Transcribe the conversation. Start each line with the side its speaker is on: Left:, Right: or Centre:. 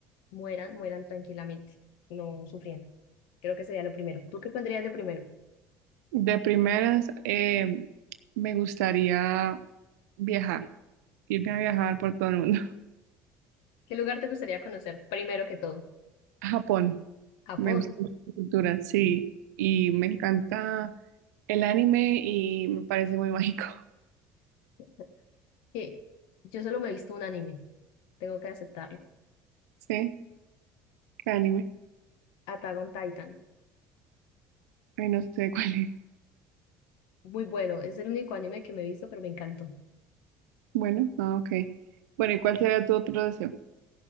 Left: mueran, mueran tranquilamente, no sufriendo. Creo que sería lo primero. ¿Tú qué pondrías de primero?
Right: De primeras, eh, me gustaría viajar, irme a viajar por todo el mundo. <laughs>
Left: ¿Qué lugar te gustaría conocer primero que todo?
Right: A Japón,
Left: Japón,
Right: me gusta mucho la cultura, sí, y me encanta el anime y me parece muy <laughs> mágico,
Left: <laughs> que yo solo me he visto un anime, tengo que aceptarlo.
Right: ¿sí? ¿Qué anime?
Left: Attack on Titan,
Right: Ay, no sé cuál es.
Left: muy bueno, es el único anime que me he visto, pero me encantó.
Right: Bueno, ah, ok. Bueno, ¿y cuál sería tu otro deseo?